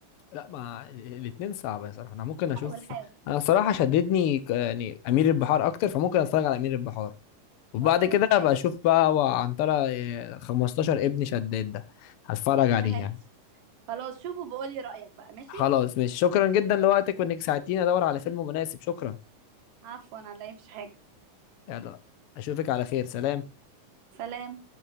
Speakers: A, on the left; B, on the right.
A: لا ما الاثنين صعبة صراحة انا ممكن اشوف
B: حاول حاول
A: انا صراحة شددني ك- يعني امير البحار اكتر فممكن اتفرج على امير البحار وبعد
B: خلاص
A: كده
B: ماشي
A: ابقى اشوف بقى وعنترة إيه، 15 ابن شداد ده هتفرج عليه
B: ماشي
A: يعني
B: خلاص شوفوا بقولي رأيك بقى ماشي
A: خلاص ماشي شكرا جدا لوقتك وانك ساعدتيني ادور على فيلم مناسب شكرا
B: عفوا انا لا مفيش حاجة
A: يلا اشوفك على خير سلام
B: سلام